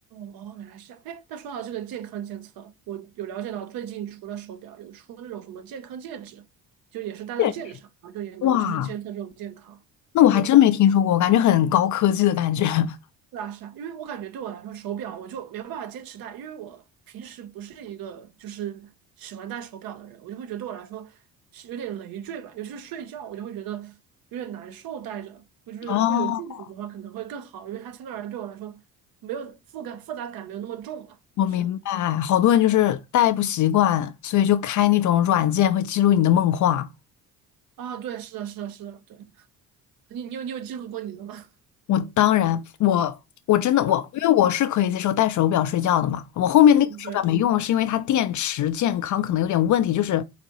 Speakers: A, on the right (about 60°); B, on the left (about 50°).
A: 哦，原来是这样。哎，那说到这个健康监测，我有了解到最近除了手表，有出那种什么健康戒指，就也是戴在戒指上，
B: 对
A: 然后就也能就是监测这种健康。
B: 哇，那我还真没听说过，
A: 就
B: 感觉很高科技的感觉。<laughs>
A: 对啊，是啊，因为我感觉对我来说，手表我就没有办法坚持戴，因为我平时不是一个就是喜欢戴手表的人，我就会觉得对我来说是有点累赘吧，尤其是睡觉，我就会觉得有点难受戴着。我就觉得如果有镜子的话，
B: 哦，
A: 可能会更好，因为它相对而言对我来说没有负感，负担感没有那么重吧，
B: 我明白，
A: 就是。
B: 好多人就是戴不习惯，所以就开那种软件会记录你的梦话。
A: 啊，对，是的，是的，是的，对，你你有你有记录过你的吗？<laughs>
B: 我当然，我我真的我，
A: 啊，
B: 因为我是可以接受戴手表睡觉的嘛。我后面那个手表没用了是因为它电池健康可能有点问题，
A: 嗯嗯，对，
B: 就是